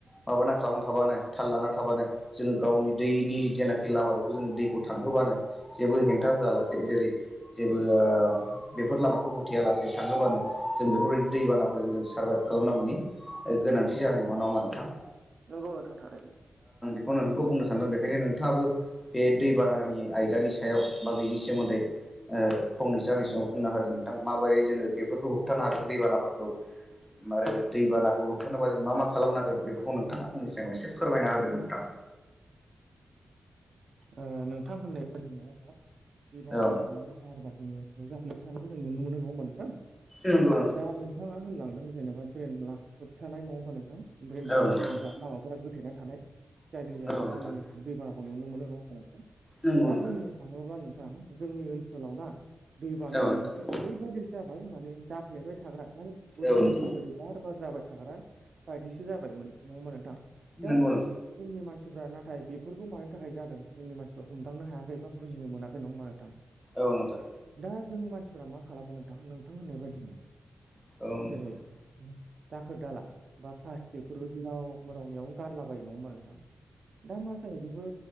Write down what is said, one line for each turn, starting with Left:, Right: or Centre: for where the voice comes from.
Left: माबाना खालामना थाबानो थाल लाना थाबानो जोङो गावनि दैनि जेनाखि लामा बेखौ जोङो दैखौ थांहोबानो जेबो हेंथा होआ लासे जेरै जेबो ओ बेफोर लामाखौ होथेया लासे थांहोबानो जों बेफोरबायदि दैबानाफोरजों जों सारभाइभ खालामनांगौनि गोनांथि जानाय नङा होनबा नोंथां।
Right: नोंगौ नोंथां थारैनो
Left: <unintelligible> बुंनो सानदों बेखायनो नोंथाङाबो बे दै बानानि आयदानि सायाव बा बेनि सोमोन्दै ओ फंनैसो आंनि सिगाङाव बुंना होदो नोंथां माबोरै जोङो बेफोरखौ होबथानो हागोन दैबानाफोरखौ मारै दैबानाखौ होबथानोबा जों मा मा खालामनांगोन बेफोरखौ नोंथाङा आंनि सिगाङाव एसे फोरमायना होदो नोंथां।
Right: ओ नोंथां होननाय बायदिनो दा दै बानानि
Left: औ
Right: जेंनाया बार बार <unintelligible> जा फ्लेबाय थानायखौ जों नुनो मोनो नङा होमबा नोंथां
Left: नंगौ नोंथां
Right: दा नोंथाङा होनलांदों जेनेबा ड्रेन ला होबथानाय नङा होनबा नोंथां ड्रेनफोरा
Left: औ नोंथां
Right: जेनेबा लामाफोरा गोथेना थानाय जायनि जाहोनाव
Left: औ नोंथां
Right: जोंनि ओ दैबानाखौ नुनो मोनो नङा होनबा नोंथां
Left: नंगौ
Right: दा
Left: नोंथां
Right: बुंनो थाङोब्ला नों जोंनि ओनसोलाव ना दै बानाया
Left: औ नोंथां
Right: मोनसे ओरैबायदि जाबाय माने जाफ्लेबाय थाग्रा माने बोसोरे
Left: औ नोंथां
Right: बोसोरे बार बार जाबाय थाग्रा बायदिसो जाबायमोन नंआ होनबा नोंथां दा
Left: नंगौ
Right: जोंनि
Left: नोंथां औ नोंथां
Right: मानसिफोरा ना नाथाय बेफोरखौ मानि थाखाय जादों जोंनि मानसिफ्रा हमदांनो हायाखै मा बुजिनो मोनाखै नङा होनबा नोंथां।
Left: औ नोंथां
Right: दा जों मानसिफ्रा मा खालामो नोंथां नोंथां होननाय बायदिनो
Left: नंगौ
Right: जेरै
Left: नोंथां
Right: दाखोर दाला बा प्लास्टिकफोरबो जेराव राव मेयावनो गारलाबायो नङा होमबा नोंथां। दा मा जायो बेफोर